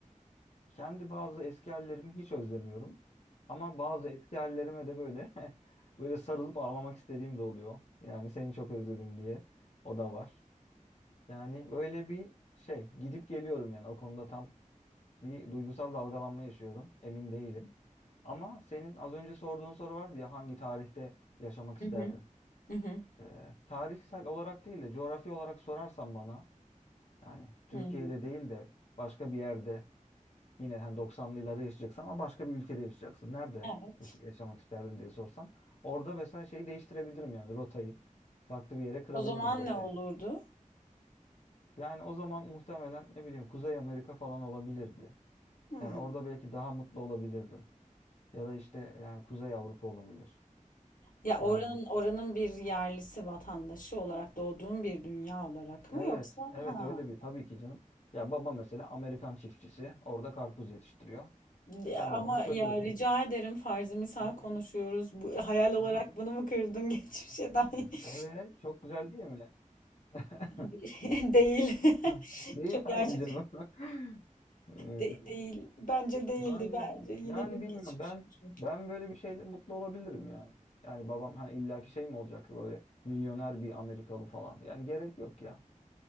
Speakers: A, on the left; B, on the left.
A: Kendi bazı eski hallerimi hiç özlemiyorum. Ama bazı eski hallerime de böyle <laughs> böyle sarılıp ağlamak istediğim de oluyor. Yani seni çok özledim diye. O da var. Yani böyle bir şey gidip geliyorum yani o konuda tam bir duygusal dalgalanma yaşıyorum. Emin değilim. Ama senin az önce sorduğun soru vardı ya hangi tarihte yaşamak isterdin?
B: Hı hı. Hı hı.
A: Ee, tarihsel olarak değil de coğrafi olarak sorarsan bana yani Türkiye'de
B: hı.
A: değil de başka bir yerde Yine hani 90'lı yıllarda yaşayacaksın ama başka bir ülkede yaşayacaksın. Nerede
B: Evet.
A: yaş- yaşamak isterdin diye sorsam. Orada mesela şeyi değiştirebilirim yani rotayı. Farklı bir yere kırabilirim
B: O zaman
A: rotayı.
B: ne olurdu?
A: Yani o zaman muhtemelen ne bileyim Kuzey Amerika falan olabilirdi.
B: Hmm.
A: Yani orada belki daha mutlu olabilirdim. Ya da işte yani Kuzey Avrupa olabilir.
B: Ya
A: Yani
B: oranın oranın bir yerlisi vatandaşı olarak doğduğun bir dünya olarak
A: evet,
B: mı yoksa?
A: evet
B: Ha.
A: öyle bir tabii ki canım. Ya baba mesela Amerikan çiftçisi orada karpuz yetiştiriyor.
B: Ya
A: E sen
B: Ama
A: de onun çocuğusun.
B: ya rica ederim farzı misal
A: Hı,
B: konuşuyoruz. Bu, hayal olarak
A: hı.
B: bunu mu kırdın <laughs> geçmişe dair?
A: Evet, çok güzel değil mi? <laughs>
B: <laughs> Değil.
A: <laughs> Hı.
B: <laughs>
A: Değil
B: Çok
A: hadi
B: gerçek
A: canım. <laughs> Ee,
B: de- değil. Bence değildi.
A: yani
B: Bence yine
A: yani
B: bir
A: bilmiyorum
B: geçmiş.
A: ben
B: olsun.
A: ben böyle bir şeyle mutlu olabilirim yani. Yani babam hani illaki şey mi olacak böyle milyoner bir Amerikalı falan. Yani gerek yok ya.